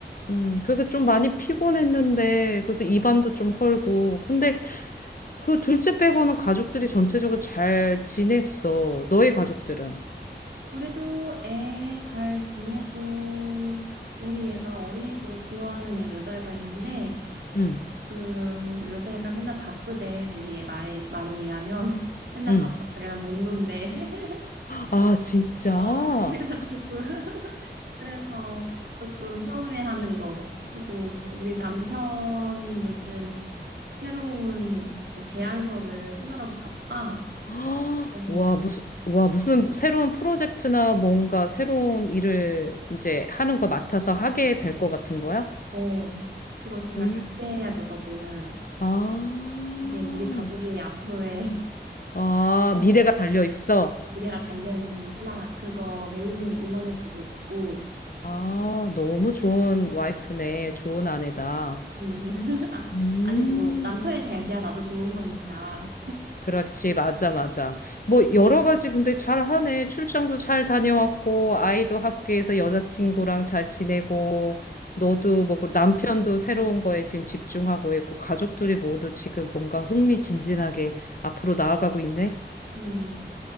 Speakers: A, on the left; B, on the right.
A: 음, 그래서 좀 많이 피곤했는데, 그래서 입안도 좀 헐고. 근데 그 둘째 빼고는 가족들이 전체적으로 잘 지냈어. 너희 가족들은.
B: 우리도 애 잘 지내고, 우리 애가 어린이집에 좋아하는 애 여자애가 있는데,
A: 응,
B: 그 여자애가 맨날 바쁘대. 우리 애 말에 말에 의하면 <laughs> 맨날
A: 응.
B: 바빠 자기랑 못 논대. <laughs>
A: 아, 진짜?
B: 어 그래가지고 <laughs> 그래서 조금 서운해하는 거. 그리고 뭐 우리 남편은 요즘 새로운 그 제안서를 쓰느라고 바빠.
A: 아,
B: 그래서
A: 와, 무슨, 와, 무슨 새로운 프로젝트나 뭔가 새로운 일을 이제 하는 거 맡아서 하게 될 것 같은 거야?
B: 어 그거 정말
A: 응.
B: 잘 돼야 되거든.
A: 아,
B: 그게 우리 가족의 앞으로의
A: 아,
B: <laughs>
A: 미래가 달려 있어.
B: 미래가 달려 있는 일이라 그거 매우 매우 응원해주고 있고.
A: 아, 너무 좋은 와이프네. 좋은 아내다.
B: 음. <laughs> 아,
A: 음.
B: 아니 뭐 남편이 잘 돼야 나도 좋은 거니까.
A: 그렇지, 맞아, 맞아. 뭐, 여러 가지 근데 잘 하네. 출장도 잘 다녀왔고, 아이도 학교에서 여자친구랑 잘 지내고, 너도 뭐그 남편도 새로운 거에 지금 집중하고 있고, 가족들이 모두 지금 뭔가 흥미진진하게 앞으로 나아가고 있네.
B: 음.